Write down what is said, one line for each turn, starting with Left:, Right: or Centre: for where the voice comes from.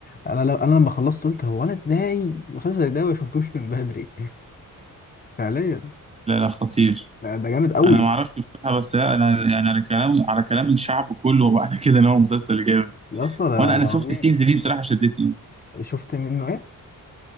Left: انا لو انا لما خلصت قلت هو انا ازاي المسلسل ده ما شفتوش من بدري <laughs> فعليا
Right: لا لا خطير
Left: ده ده جامد قوي
Right: انا ما اعرفش بصراحه بس انا يعني على كلام على كلام الشعب كله وبعد كده ان هو مسلسل جامد
Left: يا اسطى ده
Right: وانا انا
Left: ده
Right: شفت
Left: عظيم
Right: سينز دي بصراحه شدتني أوي.
Left: شفت منه إيه؟